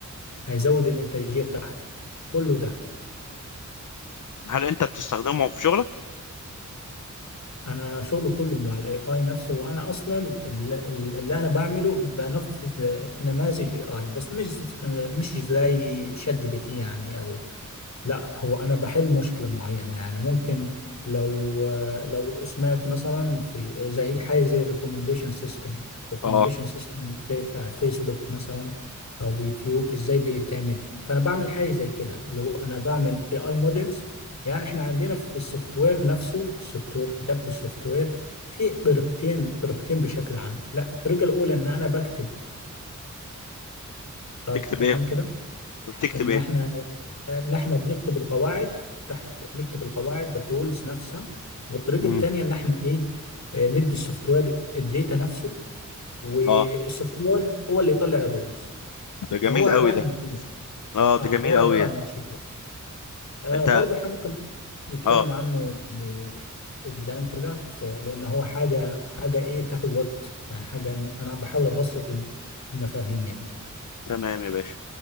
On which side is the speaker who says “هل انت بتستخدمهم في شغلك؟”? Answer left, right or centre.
Left